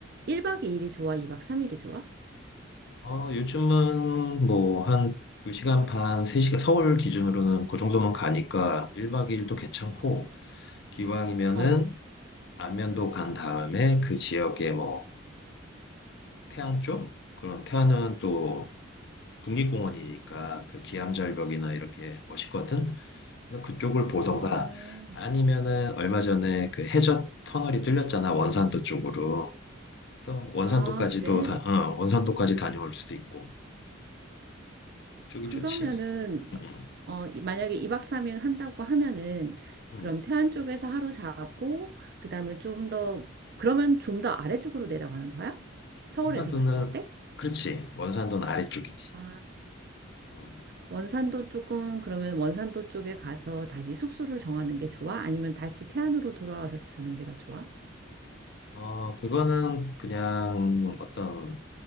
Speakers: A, on the right; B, on the left.
A: 1박 2일이 좋아? 2박 3일이 좋아?
B: 어, 요즘은 뭐 한 2시간 반, 3시간 서울 기준으로는 그 정도면 가니까 1박 2일도 괜찮고 기왕이면은
A: 어,
B: 안면도 간 다음에 그 지역에 뭐 태안 쪽? 그럼 태안은 또 국립공원이니까 그 기암절벽이나 이렇게 멋있거든. 그래서 그쪽을 보던가
A: 어,
B: 아니면은 얼마 전에 그 해저 터널이 뚫렸잖아 원산도 쪽으로. 그래서 원산도까지도
A: 아, 그래.
B: 다, 어, 원산도까지 다녀올 수도 있고 쪽이
A: 그러면은,
B: 좋지. 응,
A: 어, 이- 만약에 2박 3일 한다고 하면은,
B: 응,
A: 그럼
B: 응.
A: 태안 쪽에서 하루 자고, 그 다음에 좀 더, 그러면 좀 더 아래쪽으로 내려가는 거야? 서울에서
B: 원산도는
A: 봤을 때?
B: 그렇지. 원산도는 아래쪽이지.
A: 아
B: 음.
A: 원산도 쪽은 그러면 원산도 쪽에 가서 다시 숙소를 정하는 게 좋아? 아니면 다시 태안으로 돌아와서 사는 게 더 좋아?
B: 어, 그거는 그냥 어떤